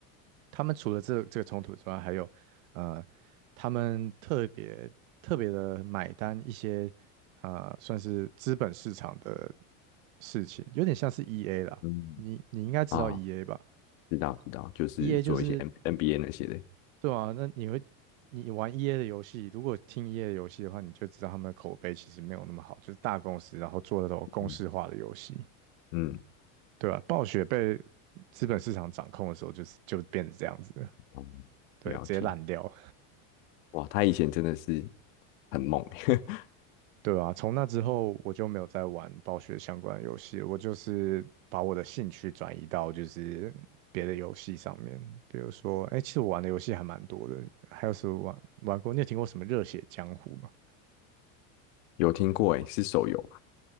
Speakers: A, on the right (about 75°); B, on the left (about 70°).
A: 他们除了这这个冲突之外，还有呃，他们特别特别的买单一些啊、呃算是资本市场的事情，有点像是 EA 啦，
B: 嗯
A: 你你应该知道
B: 啊，
A: EA 吧？
B: 知道知道，就是做一些
A: EA 就是
B: N NBA 那些的，
A: 对啊，那你会你玩 EA 的游戏，如果听 EA 的游戏的话，你就知道他们的口碑其实没有那么好，就是大公司然后做的那种公式化的游戏，
B: 嗯嗯
A: 对啊，暴雪被资本市场掌控的时候，就是就变成这样子了，
B: 嗯，
A: 对，
B: 了解。
A: 直接烂掉，
B: 哇，他以前真的是很猛，<laughs>
A: 对啊，从那之后我就没有再玩暴雪相关的游戏了我就是把我的兴趣转移到就是别的游戏上面，比如说，哎，其实我玩的游戏还蛮多的，还有什么玩玩过？你有听过什么《热血江湖》吗？
B: 有听过诶，是手游